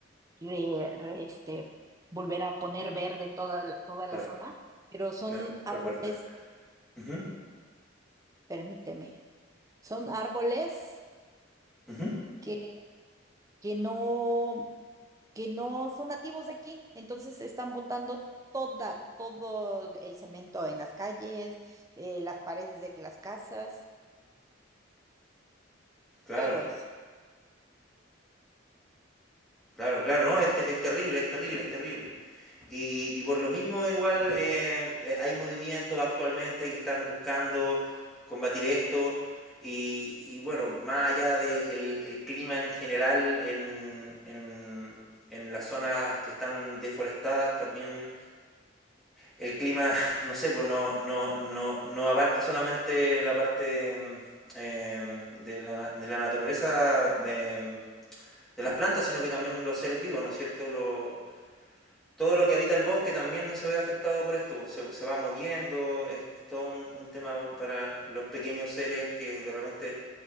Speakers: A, on the right (about 15°); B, in the centre.
A: re- re- este, volver a poner verde toda la, toda
B: claro,
A: la zona, pero son
B: claro,
A: árboles,
B: reforestar. Ujú,
A: permíteme, son árboles
B: ujú.
A: que, que no, que no son nativos de aquí, entonces están botando toda, todo el cemento en las calles, eh, las paredes de las casas,
B: Claro,
A: todo eso.
B: claro, claro, no,
A: Y
B: es,
A: pues
B: te- es terrible, es terrible, es terrible. Y, y por lo mismo igual eh, eh, hay movimientos actualmente que están buscando combatir esto y, y bueno, más allá del clima en general en, en, en las zonas que están deforestadas, también el clima, <laughs> no sé, pues no, no, no, no abarca solamente la parte... mm, em, de la, na- de la naturaleza em, de las plantas, sino que también los seres vivos, ¿no es cierto? Lo, todo lo que habita el bosque también se ve afectado por esto, pues, se, se va moviendo, es, es todo un, un, tema para los pequeños seres que de repente